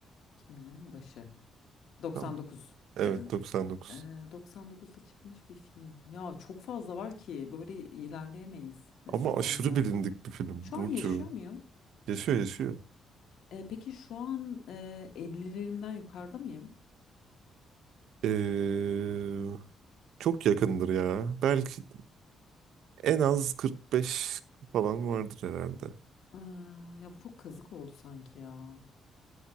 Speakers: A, on the left; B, on the right.
A: 2000'lerin başı. 99
B: Tam Evet
A: dedin.
B: 99.
A: Ee, 99'da çıkmış bir film. Ya çok fazla var ki böyle ilerleyemeyiz. Ne
B: Ama
A: sormam
B: aşırı
A: lazım?
B: bilindik bir film.
A: Şu
B: Burcu.
A: an yaşıyor muyum?
B: Yaşıyor yaşıyor.
A: Ee, peki şu an e, 50'lerimden yukarıda mıyım?
B: Ee, çok yakındır ya. Belki en az 45 falan vardır herhalde.
A: Ee, ya bu çok kazık oldu sanki ya.